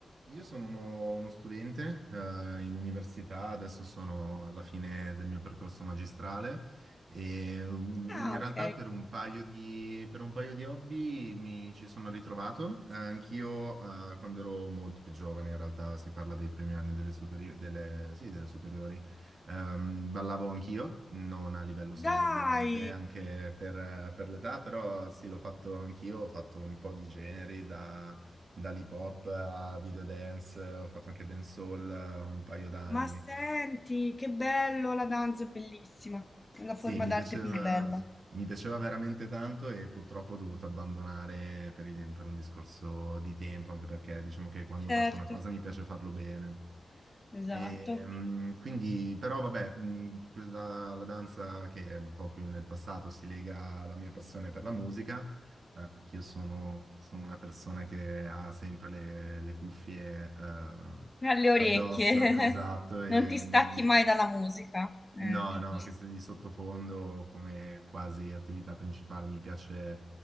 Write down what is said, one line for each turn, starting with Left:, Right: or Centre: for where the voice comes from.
Right: Io sono uno, uno studente eh, in università, adesso sono alla fine del mio percorso magistrale e mm,
Left: Ah,
Right: in realtà
Left: ok.
Right: per un paio di, per un paio di hobby mi ci sono ritrovato. Eh, anch'io eh, quando ero molto più giovane, in realtà si parla dei primi anni delle, superi- delle, sì, delle superiori, ehm, ballavo anch'io, non a livello serio
Left: Dai,
Right: ovviamente, anche per, per l'età, però sì, l'ho fatto anch'io, ho fatto un po' di generi da dall'hip hop a video dance, ho fatto anche dancehall eh, un paio d'anni,
Left: ma senti, che bello, la danza è bellissima. È la forma
Right: Sì, mi
Left: d'arte
Right: piaceva,
Left: più bella.
Right: mi piaceva veramente tanto e purtroppo ho dovuto abbandonare per, i- per un discorso di tempo, anche perché diciamo che quando
Left: Certo,
Right: faccio una cosa mi piace farlo bene.
Left: esatto.
Right: E, mm, quindi, però vabbè, mm, quella- la danza che è un po' più nel passato si lega alla mia passione per la musica. Eh, anch'io sono, sono una persona che ha sempre le, le cuffie, eh,
Left: Alle orecchie.
Right: addosso, <laughs> esatto,
Left: <laughs>
Right: e
Left: Non ti stacchi
Right: mi,
Left: mai dalla musica. Eh,
Right: No,
Left: capisco.
Right: no, che sia di sottofondo come quasi attività principale mi piace